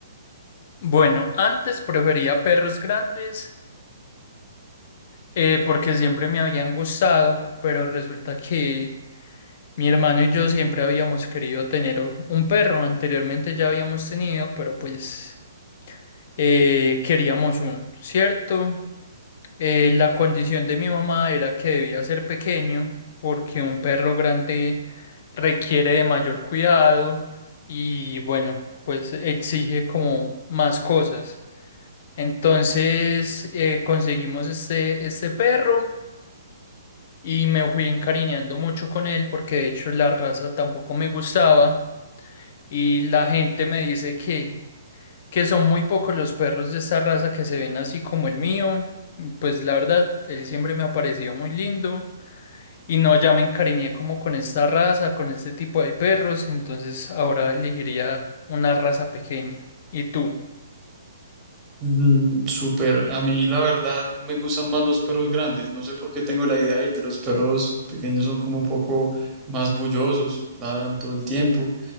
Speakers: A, on the left; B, on the right.
A: Bueno, antes prefería perros grandes eh, porque siempre me habían gustado, pero resulta que mi hermano y yo siempre habíamos querido tener o- un perro. Anteriormente ya habíamos tenido, pero pues eh, queríamos uno, ¿cierto? Eh, la condición de mi mamá era que debía ser pequeño porque un perro grande requiere de mayor cuidado y bueno, pues exige como más cosas. Entonces eh, conseguimos este, este perro y me fui encariñando mucho con él porque de hecho la raza tampoco me gustaba y la gente me dice que que son muy pocos los perros de esta raza que se ven así como el mío. Pues la verdad, él siempre me ha parecido muy lindo y no, ya me encariñé como con esta raza, con este tipo de perros, entonces ahora elegiría una raza pequeña. ¿Y tú?
B: Mm, súper. A mí la verdad me gustan más los perros grandes. No sé por qué tengo la idea de que los perros pequeños son como un poco más bullosos, ladran todo el tiempo.